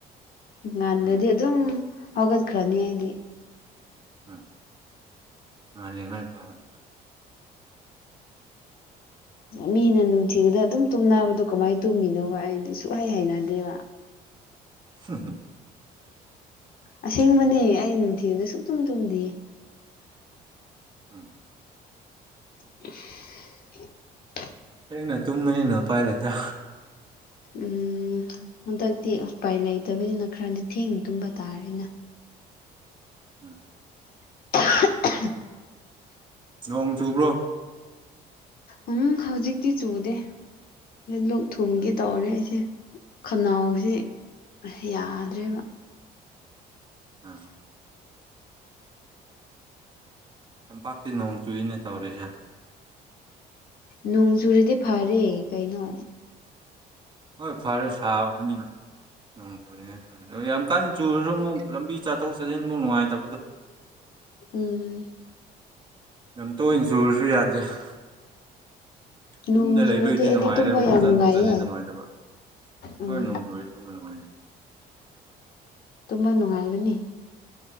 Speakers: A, on the left; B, on the right.
A: ꯉꯥꯟꯜꯗꯗꯤ
B: ꯎꯝ
A: ꯑꯗꯨꯝ ꯍꯧꯒꯠꯈ꯭ꯔꯅꯤ ꯑꯩꯗꯤ
B: ꯎꯝ ꯃꯥ ꯂꯩꯉꯅꯤ ꯀꯕꯅꯤꯦ
A: ꯃꯤꯅ ꯅꯨꯡꯊꯤꯕꯗ ꯑꯗꯨꯝ ꯇꯨꯝꯅꯕꯗꯣ ꯀꯃꯥꯏꯅ ꯇꯨꯝꯃꯤꯅꯣꯕ ꯑꯩꯗꯤ ꯁꯁꯨꯨꯡꯍꯩ ꯍꯥꯏꯅꯗꯦꯕ
B: ꯍꯝ
A: ꯑꯁꯦꯡꯕꯅꯦ ꯑꯩ ꯅꯨꯡꯊꯤꯕꯗ ꯁꯨꯡꯆꯨꯝ ꯇꯨꯝꯗꯦ
B: ꯎꯝ
A: <unintelligible> <unintelligible>
B: ꯍꯦꯡꯅ ꯇꯨꯝꯕꯅꯤꯅ ꯎꯄꯥꯏ ꯂꯩꯇ꯭ꯔꯥ
A: ꯎꯝ ꯍꯟꯗꯛꯇꯤ ꯎꯄꯥꯏ ꯂꯩꯇꯕꯅꯤꯅ ꯈꯔꯗꯤ ꯊꯦꯡꯅ ꯇꯨꯝꯕ ꯇꯥꯔꯦꯅꯦ
B: ꯎꯝ
A: <unintelligible>
B: ꯅꯣꯡ ꯆꯨꯕ꯭ꯔꯣ
A: ꯎ ꯍꯧꯖꯤꯛꯇꯤ ꯆꯨꯗꯦ ꯂꯣꯛ ꯊꯨꯝꯒꯦ
B: ꯎꯝ
A: ꯇꯧꯔꯦ ꯑꯩꯁꯦ ꯈꯅꯥꯎꯁꯦ ꯌꯥꯗ꯭ꯔꯦꯕ
B: ꯎꯝ ꯌꯥꯝ ꯄꯥꯛꯤ ꯅꯣꯡ ꯆꯨꯏꯅꯦ ꯇꯧꯔꯤꯁꯦ
A: ꯅꯣꯡ ꯆꯨꯨꯔꯗꯤ ꯐꯔꯦ ꯀꯩꯅꯣ
B: ꯍꯣꯏ ꯐꯔꯦ ꯁꯥꯕꯅꯤꯅ ꯅꯣꯡ ꯆꯨꯔꯤꯉꯩ ꯐꯦ ꯌꯥꯝ ꯀ ꯆꯨꯔꯁꯨ ꯑꯃꯨꯛ ꯂꯝꯕꯤ ꯆꯠꯊꯣꯛ ꯆꯠꯁꯤꯟ ꯑꯃꯨꯛ ꯅꯨꯡꯉꯥꯏꯇꯕꯗꯣ
A: ꯎꯝ
B: ꯑꯝꯇ ꯑꯣꯏꯅ ꯆꯨꯔꯁꯨ ꯌꯥꯗꯁꯦ ꯌꯨꯝꯗ
A: ꯅꯣꯡ
B: ꯂꯩꯕꯒꯤꯗꯤ
A: ꯆꯨꯔꯗꯤ ꯑꯩꯗꯤ
B: ꯅꯨꯡꯉꯥꯏꯔꯦꯕꯀꯣ
A: ꯇꯨꯝꯕ ꯌꯥꯝ
B: ꯆꯠꯊꯣꯛ
A: ꯅꯨꯡꯉꯥꯏꯌꯦ
B: ꯆꯠꯁꯤꯟ ꯅꯨꯡꯉꯥꯏꯇꯕ
A: ꯎꯝ
B: ꯍꯣꯏ ꯅꯣꯡꯖ ꯇꯃꯦ ꯅꯨꯡꯉꯥꯏꯅꯦ
A: ꯇꯨꯝꯕ ꯅꯨꯡꯉꯥꯏꯕꯅꯤ